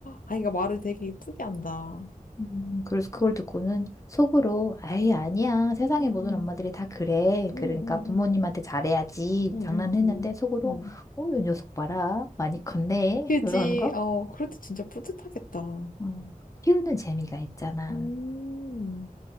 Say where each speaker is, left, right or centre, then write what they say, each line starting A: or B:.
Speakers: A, on the left; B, on the left.
A: 아이가 말을 되게 이쁘게 한다.
B: 음, 그래서 그걸 듣고는 속으로, 아이, 아니야. 세상의
A: 응응
B: 모든 엄마들이 다 그래.
A: 응응응
B: 그러니까 부모님한테 잘해야지.
A: 응응응
B: 장난했는데 속으로,
A: 응.
B: 오, 이 녀석 봐라. 많이 컸네.
A: 그지.
B: 이런 거.
A: 어, 그럴 때 진짜 뿌듯하겠다.
B: 음, 키우는 재미가 있잖아.
A: 음.